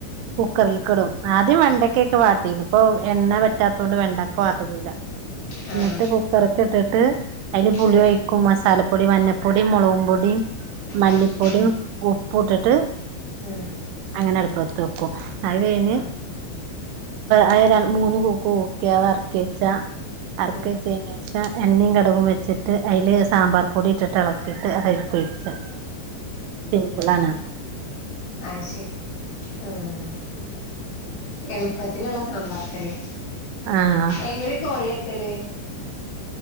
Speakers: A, on the right; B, on the left.
A: കുക്കറിൽക്ക് ഇടും ആദ്യം വെണ്ടക്കൊക്കെ വാട്ടിന്ന് ഇപ്പൊ എണ്ണ പറ്റാത്തത് കൊണ്ട് വെണ്ടക്ക വാട്ടലില്ല
B: ആഹ്
A: എന്നിട്ട് കുക്കറൊക്കെ ഇട്ടിട്ട് അതില് പുളി
B: ഏഹ്
A: മസാലപ്പൊടി മഞ്ഞപ്പൊടി മുളകു പൊടി മല്ലിപ്പൊടി
B: ഏഹ്
A: ഉപ്പും ഇട്ടിട്ട്
B: ഏഹ്
A: അങ്ങനെ അടുപ്പത്ത് വെയ്ക്കും അത് കഴിഞ്ഞ്
B: ആഹ്
A: അത് രണ്ട് മൂന്ന് കൂക്ക് കൂക്കിയ ഇറക്കി വെച്ചാ ഇറക്കി
B: ആഹ്
A: വെച്ചതിന് ശേഷം എണ്ണയും കടുകും വെച്ചിട്ട് അതില് സാമ്പാർ പൊടി ഇട്ടിട്ട് ഇളക്കിയിട്ട് അത് <unintelligible> സിമ്പളാണ്
B: ആ അത് ശരി ആഹ് എളുപ്പത്തിലുള്ള സാമ്പാർ കറി
A: ആഹ്
B: എങ്ങനെയാ കോഴി വെക്കല്